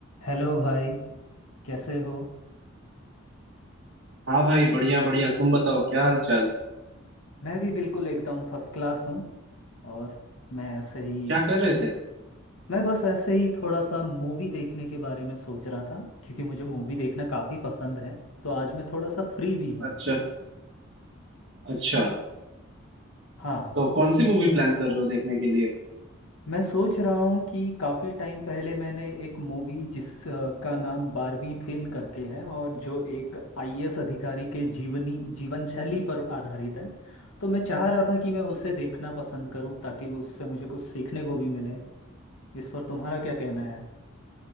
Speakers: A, on the left; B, on the right.
A: Hello भाई कैसे हो
B: हाँ भाई बढ़िया बढ़िया तुम बताओ क्या हाल चाल
A: मैं भी बिल्कुल एकदम फर्स्ट क्लास हूँ और मैं ऐसे ही
B: क्या कर रहे थे
A: मैं बस ऐसे ही थोड़ा सा मूवी देखने के बारे में सोच रहा था क्योंकि मुझे मूवी देखना काफ़ी पसंद है तो आज मैं थोड़ा सा फ्री भी हूँ
B: अच्छा अच्छा
A: हाँ
B: तो कौन सी मूवी प्लान कर रहे हो देखने के लिए
A: मैं सोच रहा हूँ कि काफ़ी टाइम पहले मैंने एक मूवी जिस अ, का नाम बारहवीं फेल करके है और जो एक आईएएस अधिकारी के जीवनी जीवन शैली पर आधारित है तो मैं चाह रहा था कि मैं उसे देखना पसंद करूं ताकि उससे मुझे कुछ सीखने को भी मिले इस पर तुम्हारा क्या कहना है